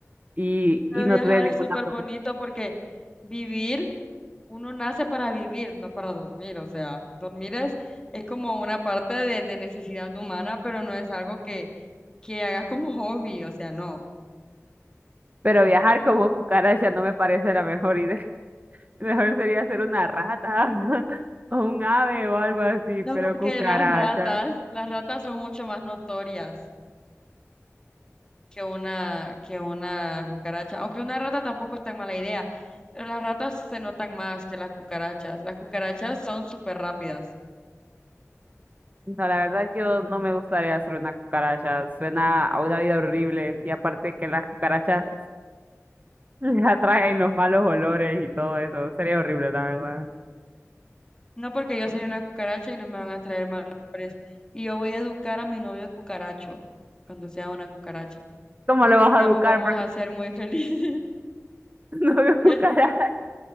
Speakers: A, on the right (about 30°); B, on the left (about 15°).
A: y,
B: Pero
A: y no
B: viajar
A: tener ninguna
B: es súper
A: preocupación.
B: bonito porque vivir, uno nace para vivir, no para dormir. O sea, dormir es, es como una parte de, de necesidad humana, pero no es algo que, que hagas como hobby. O sea, no.
A: Pero viajar como cucaracha no me parece la mejor idea. <laughs> Mejor sería ser una rata <laughs> o un ave o algo así,
B: No,
A: pero
B: porque
A: cucaracha.
B: las ratas, las ratas son mucho más notorias que una, que una cucaracha. Aunque una rata tampoco es tan mala idea, pero las ratas se notan más que las cucarachas. Las cucarachas son súper rápidas.
A: No, la verdad yo no me gustaría ser una cucaracha. Suena a una vida horrible y aparte que las cucarachas <laughs> Les atraen los malos olores y todo eso. Sería horrible, la verdad.
B: No porque yo sería una cucaracha y no me van a traer malos olores. Y yo voy a educar a mi novio cucaracho cuando sea una cucaracha.
A: ¿Cómo lo vas
B: Y
A: a
B: ambos
A: educar?
B: vamos
A: Porque
B: a ser muy felices. <laughs>
A: <laughs> no veo
B: ¿Qué?
A: cucaracha.